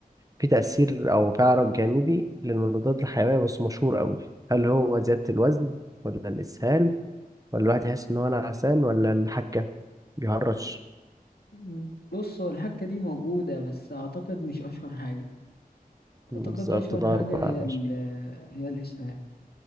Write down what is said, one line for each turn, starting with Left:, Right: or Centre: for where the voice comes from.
Right: في تأثير او تعرض جانبي للمضادات الحيوية بس مشهور قوي هل هو زيادة الوزن ولا الإسهال ولا الواحد يحس ان هو نعسان ولا الحكة بيهرش
Left: مم، بص هو الحكة دي موجودة بس أعتقد مش أشهر حاجة
Right: بالظبط
Left: أعتقد أشهر
Right: ده
Left: حاجة
Right: أربعة
Left: هي
Right: على عشرة
Left: ال هي الإسهال